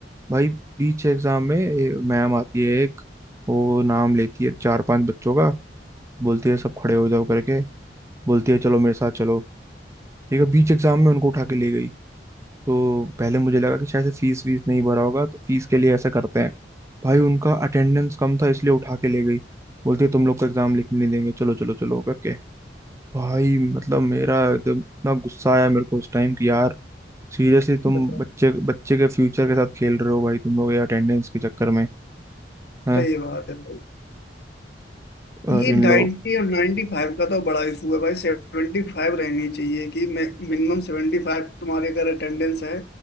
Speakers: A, on the right (about 15°); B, on the left (about 60°).
A: भाई बीच एग्जाम में मैम आती है एक वो नाम लेती है चार पांच बच्चों का बोलती है सब खड़े हो जाओ करके बोलती है चलो मेरे साथ चलो ठीक है बीच एग्जाम में उनको उठा के ले गई तो पहले मुझे लगा कि शायद से फीस वीस नहीं भरा होगा तो फीस के लिए ऐसा करते हैं भाई उनका अटेंडेंस कम था इसलिए उठा के ले गई बोलते तुम लोग का एग्जाम लिखने नहीं देंगे चलो चलो चलो करके भाई मतलब मेरा एकदम इतना गुस्सा आया मेरे को उस टाइम कि यार सीरियसली तुम
B: बताओ
A: बच्चे बच्चे के फ्यूचर के साथ खेल रहे हो भाई तुम लोग ये अटेंडेंस के चक्कर में हाँ
B: सही बात है भाई
A: और
B: ये
A: इन
B: 90
A: लोग
B: और 95 का तो बड़ा इशू है भाई 75 रहनी चाहिए कि मिनिमम 75 तुम्हारे अगर अटेंडेंस है